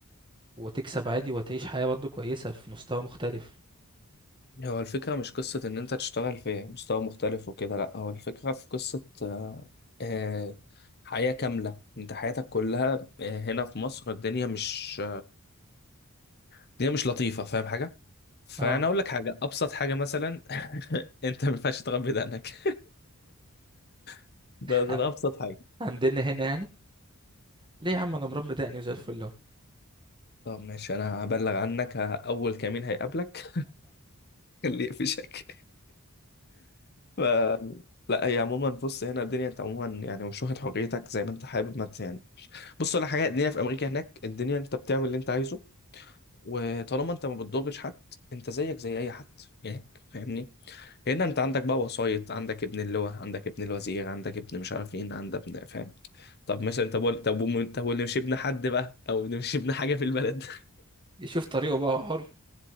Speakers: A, on the right; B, on the left.
A: وتكسب عادي وتعيش حياة برضو كويسة في مستوى مختلف
B: هو الفكرة مش قصة إن أنت تشتغل في مستوى مختلف وكده لأ هو الفكرة في قصة آه، حياة كاملة أنت حياتك كلها آه، هنا في مصر الدنيا مش الدنيا مش لطيفة فاهم حاجة؟ فأنا
A: اه
B: أقول لك حاجة أبسط حاجة مثلا <laughs> أنت ما ينفعش تغمض بدقنك <laughs> ده ده
A: عن-
B: ده أبسط حاجة
A: عندنا هنا يعني ليه يا عم انا مربي دقني وزي الفل اهو
B: طب ماشي أنا هبلغ عنك ه- أول كمين هيقابلك <laughs> اللي يقفشك ف لا هي عموما بص هنا الدنيا أنت عموما يعني مش واخد حريتك زي ما أنت حابب ما أنت يعني بص على حاجه الدنيا في امريكا هناك الدنيا انت بتعمل اللي انت عايزه وطالما انت ما بتضرش حد انت زيك زي اي حد هناك فاهمني هنا انت عندك بقى وسايط عندك ابن اللواء عندك ابن الوزير عندك ابن مش عارف مين عندك ابن فاهم طب مثلا انت بقول طب وم- انت واللي مش ابن حد بقى او اللي مش ابن حاجه في البلد
A: يشوف طريقه بقى هو حر